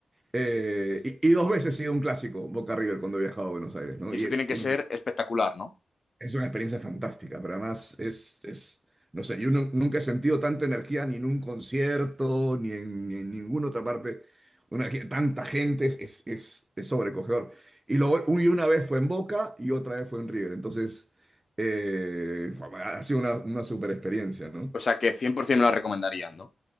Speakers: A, on the right; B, on the left.
A: Eh,
B: sí.
A: y, y dos veces he sido un clásico, Boca River, cuando he viajado a Buenos Aires, ¿no?
B: Y eso
A: Y es,
B: tiene que
A: es
B: ser espectacular, ¿no?
A: es una experiencia fantástica, pero además es, es- no sé, yo nu- nunca he sentido tanta energía ni en un concierto, ni en, ni en ninguna otra parte, una energía- tanta gente, es, es, es- es sobrecogedor. Y, luego, y una vez fue en Boca y otra vez fue en River, entonces eh, ha sido una, una super experiencia, ¿no?
B: O sea que 100% me la recomendarían, ¿no?